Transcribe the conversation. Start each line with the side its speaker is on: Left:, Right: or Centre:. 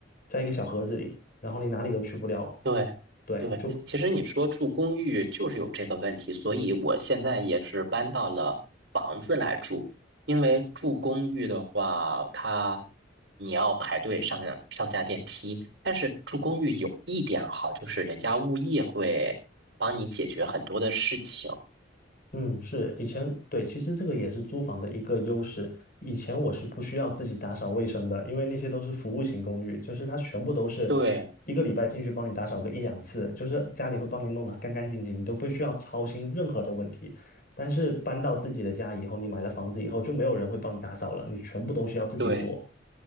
Left: 在一个小盒子里，然后你哪里都去不了。
Right: 对对，
Left: 对，就
Right: 其实你说住公寓就是有这个问题，所以我现在也是搬到了房子来住，因为住公寓的话，它你要排队上上下电梯，但是住公寓有一点好，就是人家物业会帮你解决很多的事情。
Left: 嗯，是，以前，对，其实这个也是租房的一个优势。以前我是不需要自己打扫卫生的，因为那些都是服务型公寓，就是它全部都是一个礼拜进去帮你打扫个一两次，
Right: 对
Left: 就是家里会帮你弄得干干净净，你都不需要操心任何的问题。但是搬到自己的家以后，你买了房子以后，就没有人会帮你打扫了，你全部东西要自己做。
Right: 对。